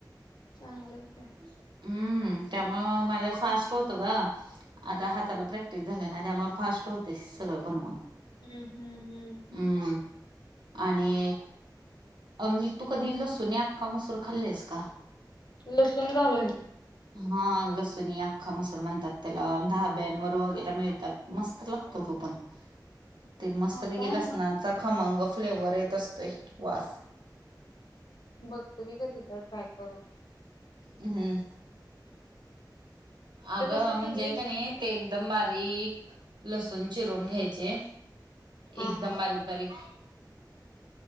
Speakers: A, on the left; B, on the right.
A: चांगलं हाय की.
B: हम्म, त्यामुळं माझं फास्ट होतं ग. आता हाताला प्रॅक्टिस झाल्या ना त्यामुळे फास्ट होते सगळं बनवून.
A: हम्म, हम्म -हम्म.
B: हम्म, आणि आणि तू कधी लसुनी आख्खा मसूर खाल्लीस का?
A: लसूण घालून?
B: <inaudible> हा लसुणी अख्खा मसूर म्हणतात त्याला धाब्यानवर वगैरे मिळतात, मस्त लागतो तो पण. <inaudible> ते मस्त
A: हा
B: पैकी
A: काय
B: लसनाचा खमंग फ्लेवर येत असतोय वास.
A: बघतो की कधी तर ट्राय करून.
B: हम्म, आगं
A: तू कसं
B: म्हणजे
A: केलीस?
B: कणी ते एकदम बारीक लसूण चिरून घ्यायचे
A: हा
B: एकदम
A: हा
B: बारीक- बारीक